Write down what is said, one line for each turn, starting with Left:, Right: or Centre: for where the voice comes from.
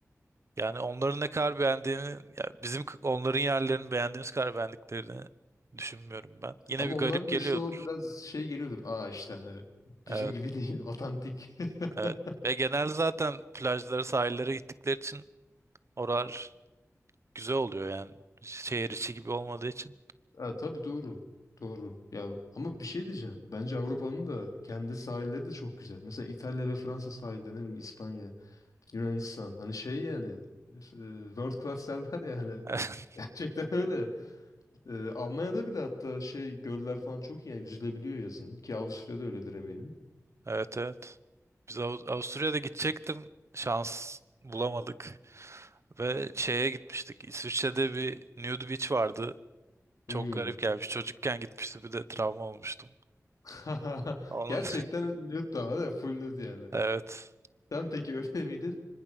Right: Yani onların ne kadar beğendiğini, ya bizim k- onların yerlerini beğendiğimiz kadar beğendiklerini düşünmüyorum ben. Yine
Left: Ama
Right: bir
Left: onlara
Right: garip geliyordur.
Left: da işte o biraz şey geliyordur. Aa işte hani
Right: Evet,
Left: bizim gibi değil, otantik.
Right: evet.
Left: <laughs>
Right: Ve genelde zaten plajlara, sahillere gittikleri için oralar güzel oluyor yani. Şehir içi gibi olmadığı için.
Left: Ha, tabii doğru. Doğru. Ya ama bir şey diyeceğim. Bence Avrupa'nın da kendi sahilleri de çok güzel. Mesela İtalya ve Fransa sahilleri, ne bileyim İspanya, Yunanistan. Hani şey yani e, world class derler ya hani.
Right: <laughs>
Left: <laughs> Gerçekten öyle. E, Almanya'da bile hatta şey göller falan çok iyi Yani yüzülebiliyor yazın. Ki Avusturya'da öyledir eminim.
Right: Evet, evet. Biz Av- Avusturya'da gidecektim. Şans bulamadık. Ve şeye gitmiştik. İsviçre'de bir nude beach vardı.
Left: Hmm.
Right: Çok garip gelmiş. Çocukken gitmişti bir de travma olmuştum.
Left: <laughs>
Right: Onun
Left: Gerçekten nude ama değil mi? Full nude yani.
Right: <laughs> evet.
Left: Sen peki öyle miydin?